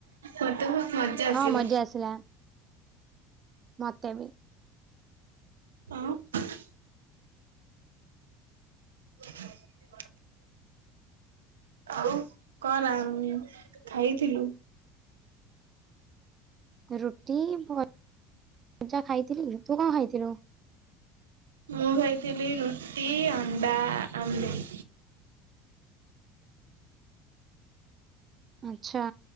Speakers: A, on the right (about 85°); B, on the right (about 40°).
A: ମତେ ବହୁତ ମଜା ଆସିଲା।
B: ହଁ ମଜା ଆସ ଲା ମତେ ବି
A: <unintelligible> <inaudible> ଆଉ କଣ ଖାଇଥିଲୁ?
B: ରୁଟି ଭ ଭଜା ଖାଇଥିଲି। ତୁ କଣ ଖାଇଥିଲୁ?
A: ମୁଁ ଖାଇଥିଲି ରୁଟି ଅଣ୍ଡା ଆମ୍ଲେଟ।
B: ଆଚ୍ଛା।